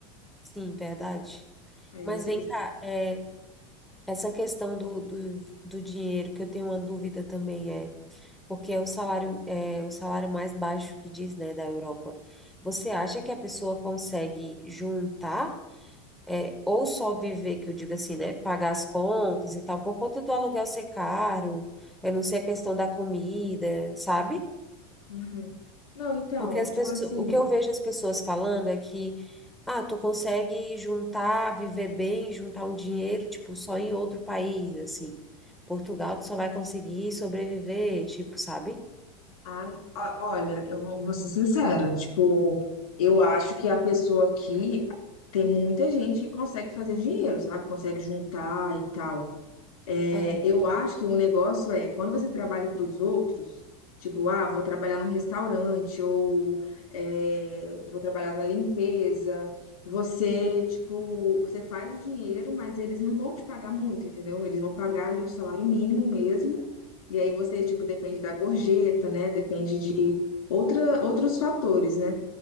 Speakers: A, in the centre; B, on the left.
A: Sim, verdade.
B: É
A: Mas
B: isso,
A: vem
B: é isso.
A: cá, é, Essa questão do, do, do dinheiro, que eu tenho uma dúvida também é, porque é o salário, é o salário mais baixo que diz, né, da Europa. Você acha que a pessoa consegue juntar, é, ou só viver, que eu digo assim, né, pagar as contas e tal, por conta do aluguel ser caro, eu não sei a questão da comida, sabe?
B: Uhum. Não, então,
A: Porque as
B: tipo
A: pessoas,
B: assim,
A: o que eu vejo as pessoas falando é que, ah, tu consegue juntar, viver bem, juntar um dinheiro, tipo, só em outro país, assim. Portugal, tu só vai conseguir sobreviver, tipo, sabe?
B: a, a- olha, eu vou vou ser sincera, tipo, eu acho que a pessoa aqui tem muita gente que consegue fazer dinheiro, sabe? Consegue juntar e tal. É,
A: Aham.
B: Eu acho que o negócio é quando você trabalha para os outros, tipo, ah, vou trabalhar num restaurante ou é, vou trabalhar na limpeza. Você, tipo, você faz o dinheiro, mas eles não vão te pagar muito, entendeu? Eles vão pagar ali o salário mínimo mesmo. E aí você, tipo, depende da gorjeta, né? Depende de outra, outros fatores, né?